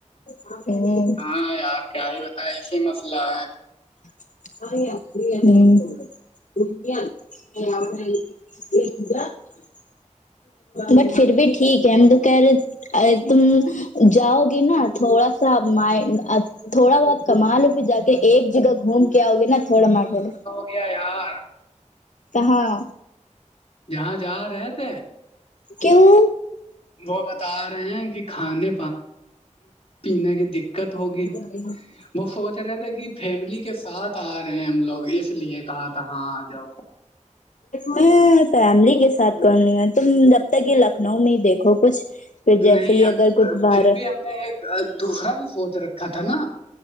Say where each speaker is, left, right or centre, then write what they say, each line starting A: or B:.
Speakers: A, on the left; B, on the left.
A: <inaudible> ہوں
B: ہاں یار کیا ہی بتائیں ایسے مسئلہ ہے
A: <unintelligible> <unintelligible> بٹ پھر بھی ٹھیک ہے ہم تو کہہ رہے تم جاؤ گے نا تھوڑا سا مائنڈ تھوڑا بہت کما لو گئے جا کے ایک جگہ گھوم کے آؤ گے نا تھوڑا م <unintelligible>
B: کیا یار
A: کہاں
B: جہاں جہاں رہے تھے
A: کیوں
B: وہ بتا رہے ہیں کہ کھانے پینے کی دقت ہوگی
A: <inaudible>
B: وہ سوچ رہے تھے کہ فیملی کے ساتھ آ رہے ہیں ہم لوگ اس لیے کہا تھا ہاں آ جاؤ
A: میں فیملی کے ساتھ کرنی ہے تم جب تک یہ لکھنؤ میں ہی دیکھو کچھ پھر جیسے
B: نہیں
A: ہی
B: ہم
A: اگر کچھ باہر
B: پھر بھی ہم نے ایک دوسرا بھی سوچ رکھا تھا نا